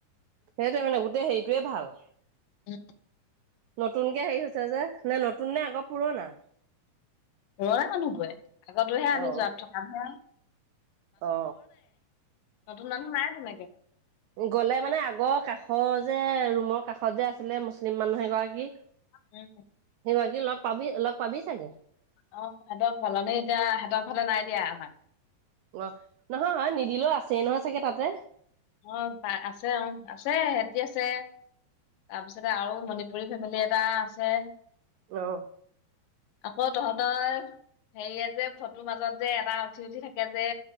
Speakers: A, on the right (about 90°); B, on the left (about 70°).
A: সেইটোৱে মানে গোটেই হেৰিটোৱে ভাল।
B: আৰু
A: নতুনকে হেৰি হৈছে যে নে নতুন নে আকৌ পুৰণা।
B: লৰা মানুহবোৰে। আগতোহে আমি
A: অ
B: যোৱাত থকামহে।
A: অ
B: নতুন মানুহ নাই তেনেকে
A: অ গলে মানে আগৰ কাষ অ যে ৰুমৰ কাষত যে আছিলে মুছলিম মানুহ এগৰাকী
B: উম।
A: সেই গৰাকীক লগ পাবি লগ পাবি চাগে।
B: অ সিহঁতৰ হলনি এতিয়া সিহঁতৰ হলে নাই দিয়া আমাক।
A: অ নহয় নিদিলেও আছে নহয় চাগে তাতে।
B: অ প আছে অ আছে সিহতি আছে। তাৰপিছতে আৰু মণিপুৰী ফেমিলি এটা আছে।
A: আহ।
B: আকৌ তহঁতৰ হেৰিয়ে যে ফটোৰ মাজত যে এটা উঠি উঠি থাকে যে